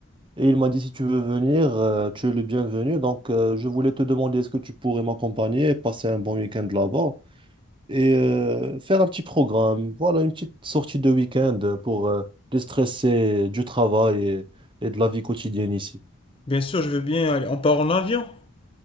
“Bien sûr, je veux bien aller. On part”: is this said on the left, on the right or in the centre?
Left